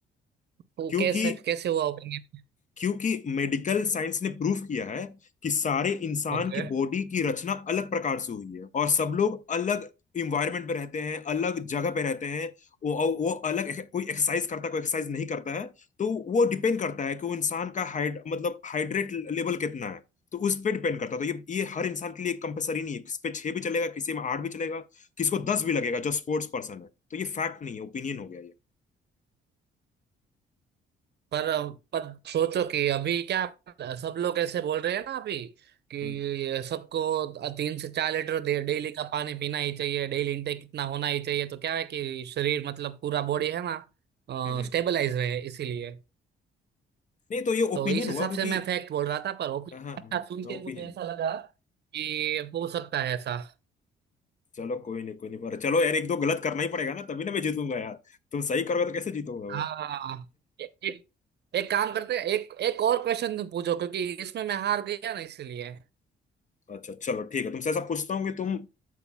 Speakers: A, on the right; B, on the left.
A: तो
B: क्योंकि
A: कैसे कैसे हुआ ओपिनियन
B: क्योंकि मेडिकल साइंस ने प्रूफ किया है कि सारे इंसान
A: ओके
B: की बॉडी की रचना अलग प्रकार से हुई है और सब लोग अलग इन्वायरमेंट पे रहते हैं अलग जगह पे रहते हैं वो और वो अलग कोई एक्सरसाइज करता है कोई एक्सरसाइज नहीं करता है तो वो डिपेंड करता है कि वो इंसान का हाइड मतलब हाइड्रेट लेवल कितना है तो उस पर डिपेंड करता है तो ये ये हर इंसान के लिए कंपलसरी नहीं है किस पे छह भी चलेगा किसी में आठ भी चलेगा किसको दस भी लगेगा जो स्पोर्ट्स पर्सन है तो ये फैक्ट नहीं है ओपिनियन हो गया ये
A: पर पर सोचो कि अभी क्या सब लोग ऐसे बोल रहे हैं ना अभी कि
B: हम्म
A: सबको तीन से चार लीटर डे- डेली का पानी पीना ही चाहिए डेली इंटेक इतना होना ही चाहिए तो क्या है कि शरीर मतलब पूरा बॉडी है ना
B: हम्म हम्म।
A: स्टेबलाइज रहे इसीलिए
B: नहीं तो ये
A: तो
B: ओपिनियन
A: इस हिसाब
B: हुआ क्योंकि
A: से मैं फैक्ट बोल रहा था पर ओपिनियन
B: हाँ हाँ
A: अच्छा सुन के
B: ओपिनियन
A: मुझे ऐसा लगा कि हो सकता है ऐसा
B: चलो कोई नहीं कोई नहीं पर चलो यार एक दो गलत करना ही पड़ेगा ना तभी ना मैं जीतूंगा यार तुम सही करोगे तो कैसे जीतूंगा
A: हाँ
B: मैं
A: ए, एक एक काम करते हैं एक एक और क्वेश्चन तुम पूछो क्योंकि इसमें मैं हार गया ना इसलिए
B: <laughs> अच्छा चलो ठीक है तुमसे ऐसा पूछता हूँ कि तुम